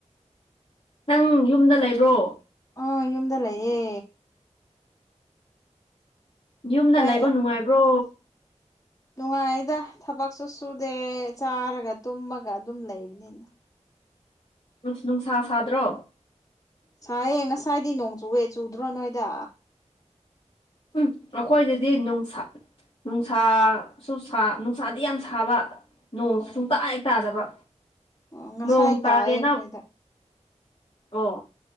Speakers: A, on the left; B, on the left.
A: ꯅꯪ ꯌꯨꯝꯗ ꯂꯩꯕ꯭ꯔꯣ
B: ꯑ ꯌꯨꯝꯗ ꯂꯩꯌꯦ
A: ꯌꯨꯝꯗ
B: ꯀꯩ
A: ꯂꯩꯕ ꯅꯨꯡꯉꯥꯏꯕ꯭ꯔꯣ
B: ꯅꯨꯡꯉꯥꯏꯗ ꯊꯕꯛꯁꯨ ꯁꯨꯗꯦ ꯆꯥꯔꯒ ꯇꯨꯝꯃꯒ ꯑꯗꯨꯝ ꯂꯩꯕꯅꯤꯅ
A: ꯅꯨꯡꯁꯥ ꯁꯥꯗ꯭ꯔꯣ
B: ꯁꯥꯏꯌꯦ ꯉꯁꯥꯏꯗꯤ ꯅꯣꯡꯆꯨꯋꯦ ꯆꯨꯗ꯭ꯔꯣ ꯅꯣꯏꯗ
A: ꯎꯝ ꯑꯩꯈꯣꯏꯗꯗꯤ ꯅꯨꯡꯁꯥ ꯅꯨꯡꯁꯥꯁꯨ ꯁꯨꯁꯥ ꯅꯨꯡꯁꯥꯗꯤ ꯌꯥꯝ ꯁꯥꯕ ꯅꯣꯡꯁꯨ
B: ꯑꯣ
A: ꯁꯨꯡꯇꯥꯛ ꯍꯦꯛ ꯇꯥꯗꯕ
B: ꯑꯣ ꯉꯁꯥꯏ
A: ꯅꯣꯡ
B: ꯇꯥꯏꯌꯦ
A: ꯇꯥꯒꯦ
B: ꯑꯩꯈꯣꯏꯗ
A: ꯅꯪ ꯑꯣ